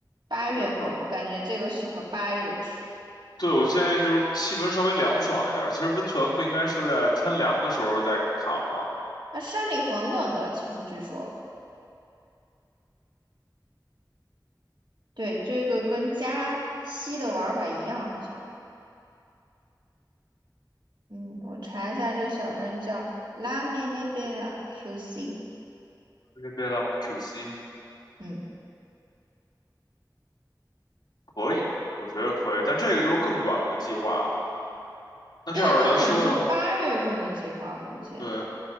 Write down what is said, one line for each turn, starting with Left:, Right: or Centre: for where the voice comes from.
Right: 八月份，
Left: 魁北克？
Right: 我感觉这个适合八月去。
Left: 对，我建议就是气温稍微凉爽一点儿。其实温泉不应该是在天凉的时候再卡吗？
Right: 那山里很冷的，其实据说。对，这个跟加西的玩法一样，好像。嗯，我查一下，这个小镇叫拉梅内贝拉 QC。
Left: 那边的 QC
Right: 嗯，
Left: 可以，我觉得可以，但这个就是更远的计划了。那这样来说呢？
Right: 对，这个可能是八月份的计划，我估计
Left: 对，